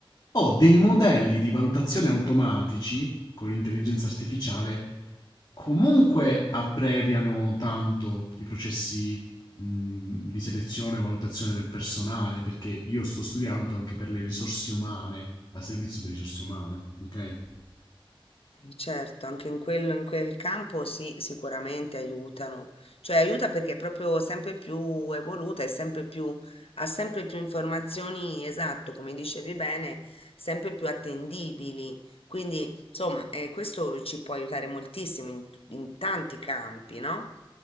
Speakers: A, on the left (about 50°); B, on the left (about 85°).
A: ho dei modelli di valutazione automatici con l'intelligenza artificiale comunque abbreviano tanto i processi mh, di selezione e valutazione del personale, perché io sto studiando anche per le risorse umane, al servizio delle risorse umane, ok?
B: Certo, anche in quello, in quel campo sì, sicuramente aiutano. Cioè aiuta perché è proprio sempre più evoluta e sempre più, ha sempre più informazioni, esatto, come dicevi bene, sempre più attendibili. Quindi, insomma, eh, questo ci può aiutare moltissimo in, in tanti campi, no?